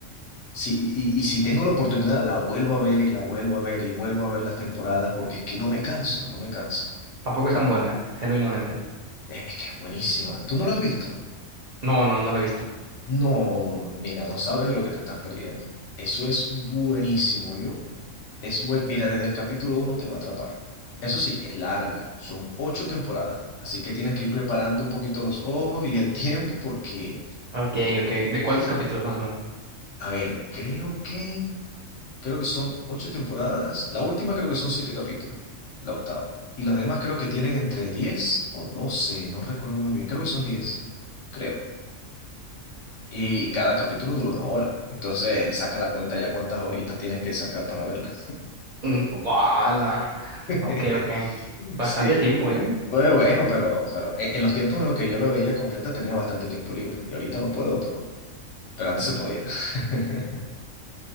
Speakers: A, on the left; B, on the right.
A: Sí y, y si tengo la oportunidad, la vuelvo a ver y la vuelvo a ver y vuelvo a ver las temporadas porque es que no me canso, no me canso.
B: Tampoco es tan buena? Genuinamente.
A: Es, es que es buenísima. ¿Tú no la has visto?
B: No, no, no lo he visto.
A: No, mira, no sabes de lo que te estás perdiendo. Eso es buenísimo, yo. Es buen, mira, desde el capítulo uno te va a atrapar. Eso sí, es larga, son ocho temporadas, así que tienes que ir preparando un poquito los ojos y el tiempo porque,
B: Ok,
A: eh,
B: ok. ¿De cuántos
A: eh,
B: capítulos más o menos?
A: a ver, creo que, creo que son ocho temporadas, la última creo que son siete capítulos, la octava, y las demás creo que tienen entre 10 o 12, no recuerdo muy bien, creo que son 10, creo. Y, cada capítulo dura una hora, entonces saca la cuenta ya cuántas horitas tienes que sacar para verla.
B: Mm, ¡Wala!
A: <laughs>
B: Ok, ok. Bastante
A: Sí.
B: tiempo, ¿eh?
A: Bueno, bueno, pero, pero en en los tiempos en los que yo la veía completa tenía bastante tiempo libre y ahorita no puedo, pero, pero antes se podía. <laughs>